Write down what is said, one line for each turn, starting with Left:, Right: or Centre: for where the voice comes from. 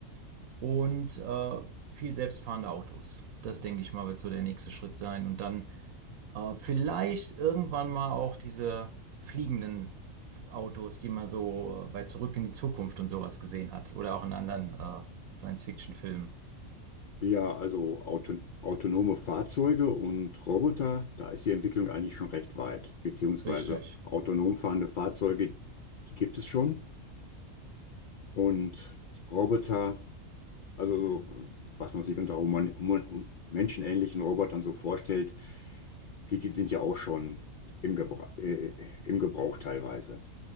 Right: und äh, viel selbstfahrende Autos. Das denke ich mal, wird so der nächste Schritt sein. Und dann äh, vielleicht irgendwann mal auch diese fliegenden Autos, die man so äh, bei Zurück in die Zukunft und sowas gesehen hat. Oder auch in anderen äh, Science-Fiction-Filmen.
Left: Ja, also auto autonome Fahrzeuge und Roboter, da ist die Entwicklung eigentlich schon recht weit, beziehungsweise
Right: Richtig.
Left: autonom fahrende Fahrzeuge, die gibt es schon. Und Roboter, also so, was man sich unter human human menschenähnlichen Robotern so vorstellt, die die sind ja auch schon im Gebrauch, äh, im Gebrauch teilweise.